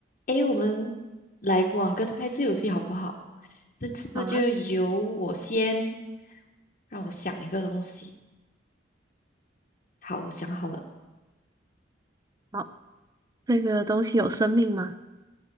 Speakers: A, on the left; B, on the right.
A: 诶，我们来玩个猜字游戏好不好？这次就由我先，
B: 好啊，
A: 让我想一个东西。好，我想好了，
B: 好，这个东西有生命吗？